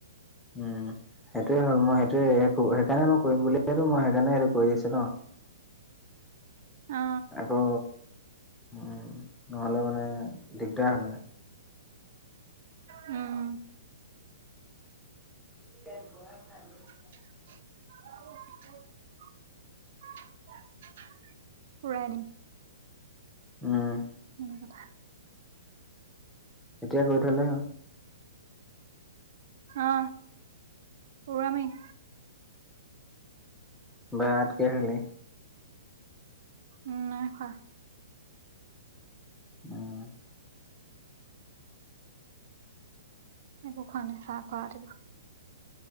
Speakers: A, in the centre; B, on the right (about 55°).
A: উম, সেইটোৱে হ'ল মই সেইটোৱে <unintelligible> সেইকাৰণে মই কৰিম বুলিয়েটো মই সেইকাৰণে সেইটো কৰি আছো ন।
B: অ
A: আকৌ, উম, নহ'লে মানে দিগদাৰ হ'ব না।
B: উম।
A: <unintelligible>
B: <unintelligible> উৰাই দিম।
A: উম।
B: <unintelligible>
A: এতিয়া কৰি থ'লে হ'ল।
B: অ, উৰামেই।
A: ভাত কিহে খালি?
B: উ নাই খোৱা।
A: অ',
B: একো খোৱা নাই চাহ খোৱা ৰাতিপুৱা।